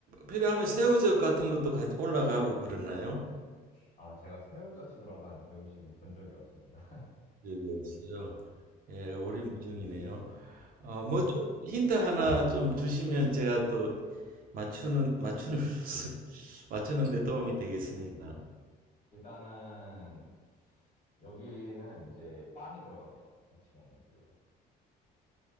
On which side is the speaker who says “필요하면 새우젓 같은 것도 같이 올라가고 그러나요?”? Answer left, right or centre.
Right